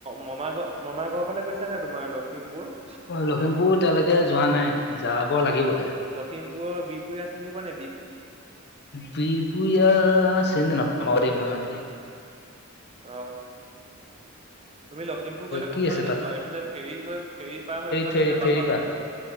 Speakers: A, on the right; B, on the left.
A: মামা ঘ মামা ঘৰৰ ফালে গৈছা নে তোমাৰ লখিমপুৰ <inaudible>
B: লখিমপুৰ এতিয়ালৈকে যোৱা নাই যাব লাগিবহে
A: লখিমপুৰৰ বিপুৰীয়া চিনি পোৱা নাই
B: বিপুয়া চিনি নাপাওঁ পাওঁ দে মই মানকে
A: অ তুমি লখিমপুৰ গলে
B: কি
A: কোনফালদি
B: আছে তাত
A: যোৱা এইফালে ফেৰী হৈ ফেৰী পাৰ হৈ যোৱা
B: ফেৰী
A: নে নে
B: ফেৰী
A: বাছত
B: পাৰ
A: যোৱা
B: হয়।